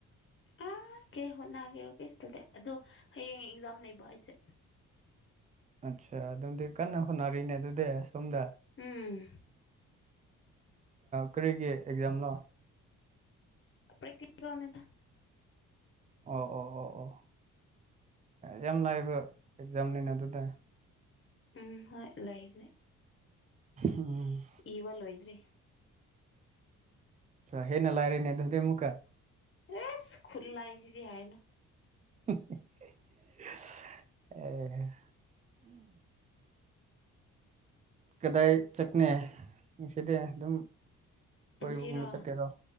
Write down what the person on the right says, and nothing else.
ꯑꯠꯆꯥ ꯑꯗꯨꯝꯗꯤ ꯀꯟꯅ ꯍꯣꯠꯅꯔꯤꯅꯦ ꯑꯗꯨꯗꯤ ꯁꯣꯝꯗ
ꯀꯔꯤꯒꯤ ꯑꯦꯛꯖꯥꯝꯅꯣ
ꯑꯣ ꯑꯣ ꯑꯣ ꯑꯣ ꯌꯥꯝ ꯂꯥꯏꯕ ꯑꯦꯛꯖꯥꯝꯅꯤꯅ ꯑꯗꯨꯗ
ꯎꯝ
ꯍꯦ ꯅꯂꯥꯏꯔꯦꯅꯦ ꯑꯗꯨꯗꯦ ꯃꯨꯛꯀ
ꯑꯦ ꯀꯗꯥꯏ ꯆꯠꯅ ꯅꯨꯡꯁꯤꯗꯦ ꯑꯗꯨꯝ ꯀꯣꯏꯕꯒꯨꯝꯕ
ꯆꯠꯀꯦꯗꯣ